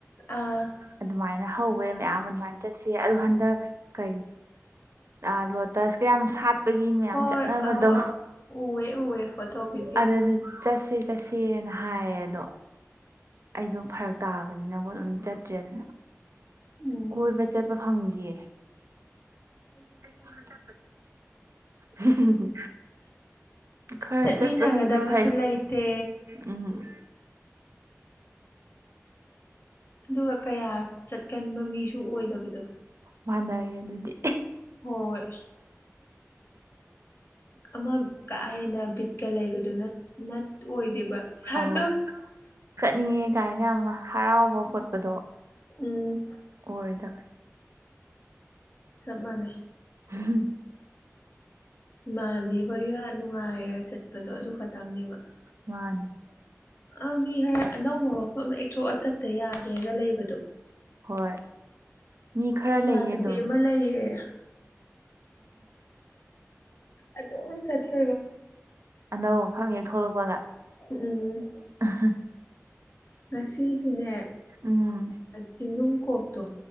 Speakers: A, on the left (about 45°); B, on the right (about 60°).
A: ꯑꯥ
B: ꯑꯗꯨꯃꯥꯏꯅ ꯍꯧꯋꯦ ꯃꯌꯥꯝ ꯑꯗꯨꯃꯥꯏꯅ ꯆꯠꯁꯦ ꯑꯗꯣ ꯍꯟꯗꯛ ꯀꯔꯤ ꯑ ꯂꯣꯇꯁ ꯀ ꯌꯥꯝ ꯁꯥꯠ ꯄꯒꯤ ꯃꯌꯥꯝ
A: ꯍꯣꯏ
B: ꯆꯠꯅꯕꯗꯣ
A: ꯑꯧ ꯑꯧ ꯎꯋꯦ ꯎꯋꯦ ꯐꯣꯇꯣ ꯚꯤꯗꯤꯑꯣ
B: ꯑꯗꯨꯗꯁꯨ ꯆꯠꯁꯤ ꯆꯠꯁꯦꯅ ꯍꯥꯏꯌꯦ ꯑꯗꯣ ꯑꯩꯗꯣ ꯐꯔꯛ ꯇꯥꯕꯅꯤꯅꯀꯣꯠ ꯑꯗꯨꯝ ꯆꯠꯇ꯭ꯔꯦꯗꯅ
A: ꯎꯝ
B: ꯀꯣꯏꯕ ꯆꯠꯄ ꯐꯪꯗꯤꯌꯦ ꯑꯩꯁꯨ ꯍꯟꯗꯛ ꯆꯠꯂꯦ ꯈꯔꯥ
A: ꯆꯠꯃꯤꯟꯅꯒꯗꯕꯁꯨ
B: ꯆꯥꯠ ꯄꯅꯁꯨ ꯐꯩ
A: ꯂꯩꯇꯦ
B: ꯎꯝ
A: ꯑꯗꯨꯒ ꯀꯌꯥ ꯆꯠꯀꯟꯕ ꯃꯤꯁꯨ ꯑꯣꯏꯗꯕꯗꯣ
B: ꯃꯥꯟꯅꯔꯦ ꯑꯗꯨꯗꯤ
A: ꯍꯣꯏ ꯑꯃ ꯀꯥ ꯍꯦꯟꯅ ꯕꯤꯠꯀ ꯂꯩꯕꯗꯨꯣ ꯅ ꯑꯣꯏꯗꯦꯕ ꯏꯁꯥꯗꯣ
B: ꯑꯧ ꯆꯠꯅꯤꯡꯉꯦ ꯀꯥꯏꯅ ꯌꯥꯝ ꯍꯔꯥꯎꯕ ꯈꯣꯠꯄꯗꯣ
A: ꯎꯝ
B: ꯑꯣꯏꯗꯕ
A: ꯆꯞ ꯃꯥꯟꯅꯦ
B: ꯍꯝ
A: ꯏꯃꯥꯟꯅꯕꯤ ꯍꯣꯏꯒ ꯅꯨꯡꯉꯥꯏꯔꯒ ꯆꯠꯄꯗꯣ ꯑꯗꯨ ꯈꯛꯇꯪꯅꯦꯕ
B: ꯃꯥꯅꯦ
A: ꯑ ꯃꯤ ꯈꯔ ꯑꯅꯧꯕ ꯃꯐꯝ ꯑꯦꯛꯊꯣꯛꯑ ꯆꯠꯇ ꯌꯥꯒꯦꯅꯒ ꯂꯩꯕꯗꯣ
B: ꯍꯣꯌ ꯃꯤꯈꯔꯥ
A: ꯏꯃꯥꯟꯅꯕꯤ
B: ꯂꯩ ꯑꯦ ꯑꯗꯨꯝ
A: ꯑꯃ ꯂꯩꯌꯦ ꯑꯗꯨ ꯑꯗꯨ ꯆꯠ <unintelligible>
B: ꯑꯅꯧꯕ ꯃꯐꯝ ꯍꯦꯛ ꯊꯣꯛꯂꯛꯄꯒ
A: ꯎꯝ
B: <unintelligible>
A: ꯉꯁꯤꯁꯨꯅꯦ
B: ꯎꯝ
A: ꯆꯤꯡꯅꯨꯡ ꯀꯣꯛꯇꯣ